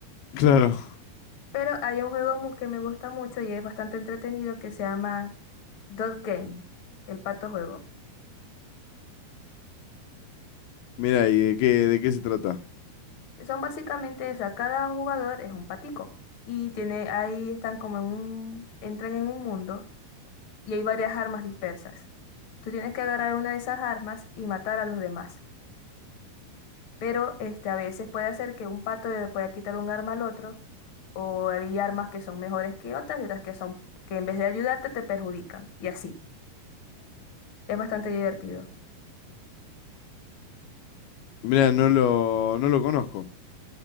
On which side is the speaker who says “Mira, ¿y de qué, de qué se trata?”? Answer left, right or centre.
Left